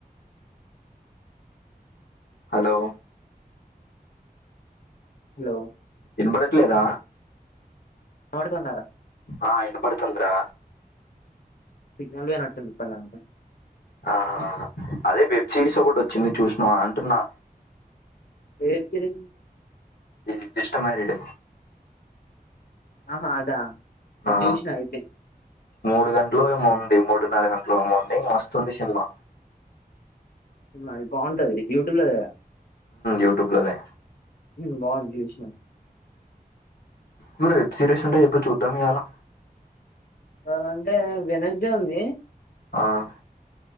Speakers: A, on the left (about 85°); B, on the left (about 70°).
A: హలో
B: హలో
A: ఇన్బడట్లేదా
B: వినపడుతుందారా
A: ఆ ఇనబడుతుంది రా
B: సిగ్నల్ లేనట్టుంది ఇప్పటిదాంక
A: ఆ అదే వెబ్ సిరీస్ ఒకటి వచ్చింది చూసినావ అంటున్నా
B: ఏం సిరీస్
A: ఇది జస్ట్ మ్యారీడ్
B: ఆహా అదా అది
A: ఆ
B: చూసిన అయిపోయింది
A: మూడు గంటలో ఏమో ఉం ది మూడున్నర గంటలో ఏమో ఉంది మస్తుంది సినిమా
B: అది బాగుంటది యూట్యూబ్ లో ది కదా
A: యూట్యూబ్ లోదే
B: మ్ బాగుంది చూసినా
A: మన్న వెబ్ సిరీస్ ఉంటాయి చెప్పుడు చూద్దాం ఇయాలా
B: ఏదన్నా అంటే వెడ్నెస్డే ఉంది
A: ఆహ్